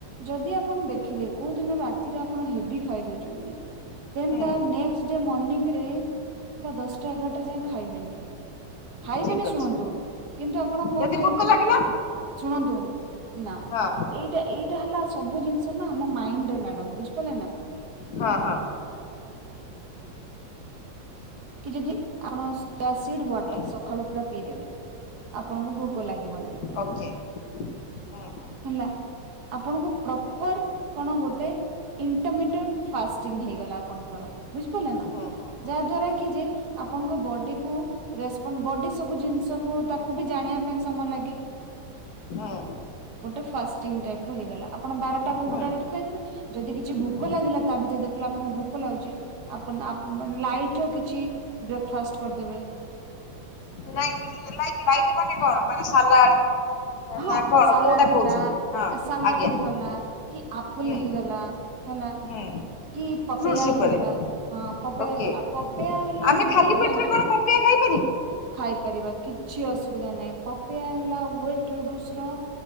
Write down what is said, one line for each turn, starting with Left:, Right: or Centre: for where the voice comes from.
Right: ଯଦି ଆପଣ ଦେଖିଲେ କୋଉ ଦିନ ରାତିରେ ଆପଣ ହେବି ଖାଇଦଉଛନ୍ତି? ଦେନ୍
Left: ହୁଁ
Right: ତା ନେକ୍ସଟ ଡେ ମର୍ନିଙ୍ଗରେ, ପୁରା ଦଶଟା ଏଗାରଟା ଯାଏ ଖାଇବେନି। ଖାଇବେନି
Left: ଠିକ
Right: ଶୁଣନ୍ତୁ
Left: ଅଛି
Right: କିନ୍ତୁ ଆପଣ କଣ
Left: ଯଦି
Right: ଖାଇବେ?
Left: ଭୋକ ଲାଗିଲା
Right: ଶୁଣନ୍ତୁ ନା
Left: ହଁ
Right: ଏଇଟା ଏଇଟା ହେଲା ସବୁ ଜିନିଷ ନା ଆମ ମାଇଣ୍ଡରେ ମ୍ୟାଡାମ ବୁଝିପାରିଲେ। ନା
Left: ହଁ ହଁ
Right: କି ଯଦି ଆପଣ ଚିଆସିଡ ୱାଟର
Left: ହୁଁ
Right: ସକାଳୁ ପୁରା ପିଇଦେବେ। ଆପଣଙ୍କୁ ଭୋକ ଲାଗିବନି।
Left: ଓକେ ହୁଁ ହୁଁ
Right: ହେଲା ଆପଣଙ୍କୁ ପ୍ରପର କଣ ଗୋଟେ ଇଣ୍ଟରମିଟିର ଫାଷ୍ଟିଂ ହେଇଗଲା ଆପଣଙ୍କର ବୁଝପାରିଲେ ନା
Left: ହୁଁ ହୁଁ
Right: ଯାହା ଦ୍ଵାରା କି ଯେ ଆପଣଙ୍କ ବଡିକୁ ରେସପଣ୍ଡ ବଡି ସବୁ ଜିନିଷକୁ ତାକୁ ବି ଜାଣିବା ପାଇଁ ସମୟ ଲାଗେ।
Left: ହଁ
Right: ଗୋଟେ ଫାଷ୍ଟିଙ୍ଗ ଟାଇପ ର ହେଇଗଲା ଆପଣ ବାରଟା ବେଳକୁ
Left: ହୁଁ ହୁଁ
Right: ଡାଇରେକ୍ଟ ଖାଇଦେବେ। ଯଦି କିଛି ଭୋକ
Left: ହୁଁ
Right: ଲାଗିଲା ତା ଭିତରେ ଦେଖିଲା ଆପଣଙ୍କୁ ଭୋକ ଲାଗୁଛି ଆପ ଆପଣ ଲାଇଟର କିଛି ବ୍ରେକ୍ଫାଷ୍ଟ କରିଦେବେ।
Left: ନାଇଁ କିନ୍ତୁ ଏମ ଲାଇଟ ମାନେ କଣ? ମାନେ ସାଲାଡ
Right: ହଁ
Left: ନା କଣ
Right: ସାଲାଡ
Left: କୋଉଟା କହୁଛନ୍ତି
Right: ହେଲା
Left: ହଁ
Right: ସାଲାଡ
Left: ଆଜ୍ଞା
Right: ହେଇଗଲା
Left: ହୁଁ
Right: କି ଆପଲ ହେଇଗଲା ହେଲା
Left: ହୁଁ
Right: କି ପପେୟା
Left: ଫ୍ରୁଟସ
Right: ହେଇଗଲା।
Left: ଉପରେ
Right: ହଁ ପପେୟା
Left: ଓକେ
Right: ହେଇଗଲା ପପେୟା ହେଲା
Left: ଆମେ
Right: ମନେ
Left: ଖାଲି
Right: ରଖିଥାନ୍ତୁ
Left: ପେଟରେ କଣ ପପେୟା ଖାଇପାରିବୁ
Right: ଖାଇପାରିବା କିଛି ଅସୁବିଧା ନାହିଁ। ପପେୟା ହେଲା wait introducer